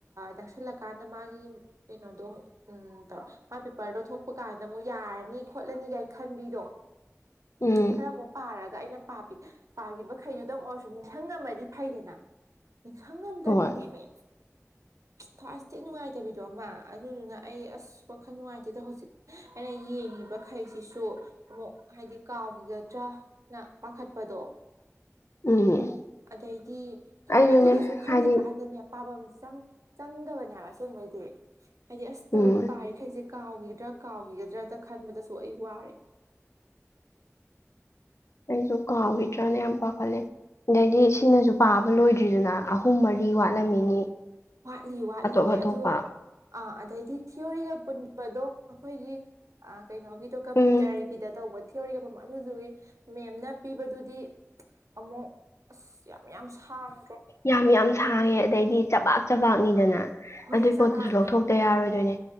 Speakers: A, on the right (about 85°); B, on the left (about 60°).
A: ꯅꯛꯁꯤꯜꯂꯛꯀꯥꯟꯗ ꯃꯥꯒꯤ ꯑꯩꯅꯣꯗꯣ ꯎꯝ ꯇꯧꯔ ꯃꯥ ꯄꯦꯄꯔꯗꯣ ꯊꯣꯛꯄ ꯀꯥꯟꯗ ꯑꯃꯨꯛ ꯌꯥꯔꯅꯤ ꯈꯣꯠꯂꯅꯤꯒꯥꯏ ꯈꯟꯕꯤꯗꯣ
B: ꯎꯝ
A: ꯈꯔ ꯑꯃꯨꯛ ꯄꯥꯔꯒ ꯑꯩꯅ ꯄꯥꯈꯤꯕꯈꯩꯗꯨꯗꯪ ꯑꯣꯏꯔꯁꯨ ꯅꯤꯡꯁꯤꯡꯉꯝꯃꯗꯤ ꯐꯩꯗꯅ ꯅꯤꯡꯁꯪ ꯉꯝꯗꯕꯤꯅꯦꯃꯦ
B: ꯍꯣꯏ
A: ꯊꯁꯇꯤ ꯅꯨꯡꯉꯥꯏꯇꯕꯤꯗꯣ ꯑꯃ ꯑꯗꯨꯗꯨꯅ ꯑꯩ ꯑꯁ ꯋꯥꯈꯜ ꯅꯨꯡꯉꯥꯏꯇꯦꯗ ꯍꯧꯖꯤꯛ ꯑꯩꯅ ꯌꯦꯡꯉꯤꯕꯈꯩꯁꯤꯁꯨ ꯑꯃꯨꯛ ꯍꯥꯏꯗꯤ ꯀꯥꯎꯈꯤꯒꯗ꯭ꯔꯥ ꯅ ꯄꯥꯈꯠꯄꯗꯣ
B: ꯎꯝ
A: ꯑꯗꯩꯗꯤ ꯈꯪꯗꯦ
B: ꯑꯩꯁꯨꯅꯦ
A: ꯑꯗꯨꯗꯁꯨ ꯈꯜꯂꯤ
B: ꯍꯥꯏꯗꯤ
A: ꯀꯥꯏ ꯑꯗꯅꯦ ꯄꯥꯐꯝ ꯆꯪꯗꯕꯅꯦꯕ ꯑꯁꯦꯡꯕꯩꯗꯤ ꯍꯥꯏꯗꯤ ꯑꯁ
B: ꯎꯝ
A: ꯇꯧꯔꯤ ꯄꯥꯔꯤ ꯈꯩꯖꯤ ꯀꯥꯎꯈꯤꯗ꯭ꯔꯥ ꯀꯥꯎꯈꯤꯒꯗ꯭ꯔꯗ ꯈꯟꯕꯗꯁꯨ ꯑꯩ ꯋꯥꯔꯦ
B: ꯑꯩꯁꯨ ꯀꯍꯥꯎꯒꯤꯗ꯭ꯔꯥꯅ ꯌꯥꯞꯄꯥꯈꯠꯂ‌ꯦ ꯑꯗꯒꯤ ꯁꯤꯅꯁꯨ ꯄꯥꯕ ꯂꯣꯏꯗ꯭ꯔꯤꯗꯨꯅ ꯑꯍꯨꯝ ꯃꯔꯤ ꯋꯥꯠꯂꯝꯃꯤꯅꯤ
A: ꯋꯥꯠꯂꯤ ꯋꯥꯠꯂꯤꯌꯦ
B: ꯑꯇꯣꯞ ꯑꯇꯣꯞꯄ
A: ꯑꯗꯣ ꯑ ꯑꯗꯩꯗꯤ ꯊꯤꯑꯣꯣꯔꯤꯒ ꯄꯨꯟꯕꯗꯣ ꯑꯩꯈꯣꯏꯒꯤ ꯑ ꯀꯩꯅꯣꯒꯤꯗꯣ ꯀꯝꯄ꯭ꯌꯨꯇꯔꯒꯤꯗ
B: ꯎꯝ
A: ꯇꯧꯕ ꯊꯤꯑꯣꯔꯤꯒꯞꯄ ꯑꯗꯨꯗꯨꯒꯤ ꯃꯦꯝꯅ ꯄꯤꯕꯗꯨꯗꯤ ꯑꯃꯨꯛ ꯑꯁ ꯌꯥꯝ ꯌꯥꯝ ꯁꯥꯡ
B: ꯌꯥꯝ ꯌꯥꯝ ꯊꯥꯡꯉꯦ ꯑꯗꯩꯗꯤ ꯆꯕꯥꯛ ꯆꯕꯥꯛꯅꯤꯗꯅ
A: ꯍꯣꯏ
B: ꯑꯗꯨꯏ
A: ꯆꯕꯥꯛꯅꯦ
B: ꯄꯣꯠꯇꯨꯁꯨ ꯂꯧꯊꯣꯛꯇ ꯌꯥꯔꯣꯏꯗꯣꯏꯅꯦ